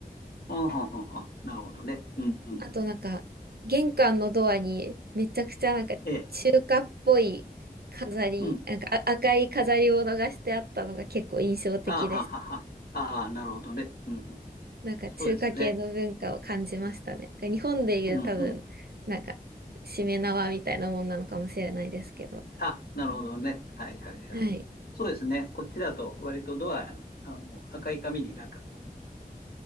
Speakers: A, on the left; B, on the right.
A: あははは。なるほどね。うんうん。
B: あとなんか玄関のドアにめちゃくちゃなんか中華っぽい飾り、
A: ええ。うん。
B: なんかあ赤い飾りを逃してあったのが結構印象的でした。
A: あははは。ああ、なるほどね。うんうん。
B: なんか中華系の文化を感じましたね。
A: そうですね。
B: なんか日本でいう多分、
A: うんうん。
B: なんかしめ縄みたいなもんなのかもしれないですけど。
A: あ、なるほどね。はいはいはい。
B: はい。
A: そうですね。こっちだと割とドアに、あの、赤い紙になんかこう、